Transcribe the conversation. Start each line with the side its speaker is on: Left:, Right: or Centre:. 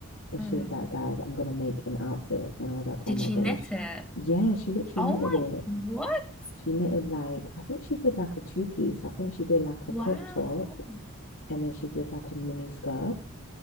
Left: and
Centre: Mm.
Left: she was like, guys, I'm gonna make an outfit. And I was like,
Centre: Did
Left: oh my
Centre: she
Left: gosh.
Centre: knit it?
Left: Yeah, she literally
Centre: Oh
Left: knitted
Centre: my!
Left: it.
Centre: What?
Left: She knitted like I think she did like a two piece. I think she did like a
Centre: Wow.
Left: crop top and then she did like a mini skirt.